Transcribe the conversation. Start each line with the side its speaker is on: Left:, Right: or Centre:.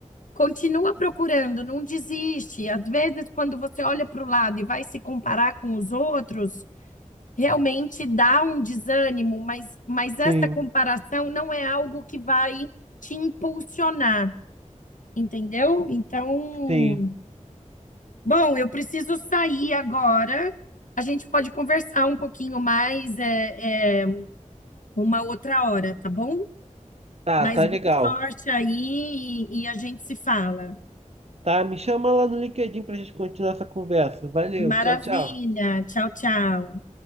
Left: continua procurando, não desiste. Às vezes, quando você olha para o lado e vai se comparar com os outros, realmente dá um desânimo, mas, mas essa
Right: sim,
Left: comparação não é algo que vai te impulsionar, entendeu? Então.
Right: sim.
Left: Bom, eu preciso sair agora. A gente pode conversar um pouquinho mais é, é, uma outra hora, tá bom?
Right: Tá,
Left: Mas
Right: tá
Left: boa
Right: legal.
Left: sorte aí e e a gente se fala.
Right: Tá, me chama lá no LinkedIn pra gente continuar essa conversa. Valeu,
Left: Maravilha.
Right: tchau, tchau.
Left: Tchau, tchau.